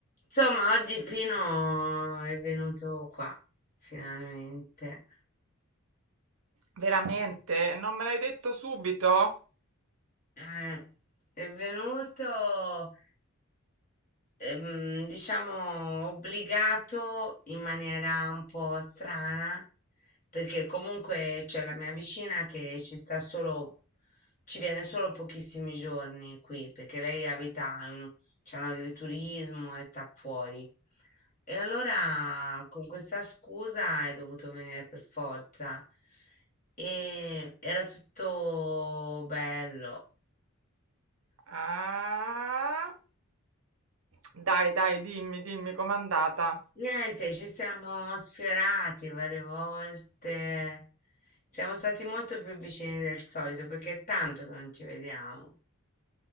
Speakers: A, on the left (about 35°); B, on the right (about 65°).
A: Insomma, oggi Pino è venuto qua, finalmente.
B: Veramente? Non me l'hai detto subito?
A: Eh, è venuto, ehm, diciamo, obbligato in maniera un po' strana, perché comunque c'è la mia vicina che ci sta solo, ci viene solo pochissimi giorni qui, perché lei abita in, un- c'è un agriturismo e sta fuori. E allora con questa scusa è dovuto venire per forza. E era tutto bello,
B: Ah, dai, dai, dimmi, dimmi com'è andata.
A: Niente, ci siamo sfiorati varie volte. Siamo stati molto più vicini del solito perché è tanto che non ci vediamo.